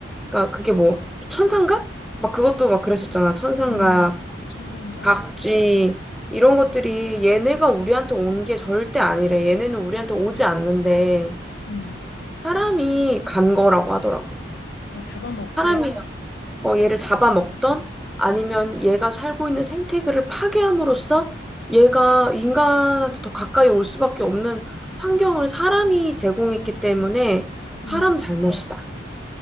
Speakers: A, in the centre; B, on the left.
A: 그러니까 그게 뭐 천상갑? 막 그것도 막 그랬었잖아. 천상갑,
B: 어, 천상갑.
A: 박쥐 이런 것들이 얘네가 우리한테 온 게 절대 아니래. 얘네는 우리한테 오지 않는데
B: 음,
A: 사람이 간 거라고 하더라고.
B: 그러니까 잡아먹고.
A: 사람이 어, 얘를 잡아먹던
B: 어,
A: 아니면 얘가 살고 있는 생태계를 파괴함으로써 얘가 인간한테 더 가까이 올 수밖에 없는 환경을 사람이 제공했기 때문에 사람
B: 음.
A: 네. 잘못이다.